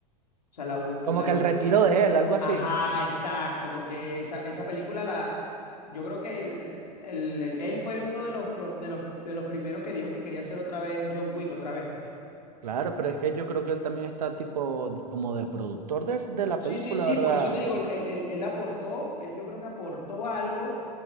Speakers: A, on the left; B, on the right.
A: O sea, la ulti-
B: como
A: la
B: que
A: última.
B: el retiro de él, algo así.
A: Ajá, exacto, porque esa, esa película la. Yo creo que el- el- el- él fue uno de los, pro- de los, de los primeros que dijo que quería hacer otra vez John Wick, otra vez, pues.
B: Claro, pero es que yo creo que él también está tipo d- como de productor de, s- de la
A: Sí,
B: película,
A: sí, sí,
B: ¿verdad?
A: por eso te digo, él, él- él- él aportó, él yo creo que aportó algo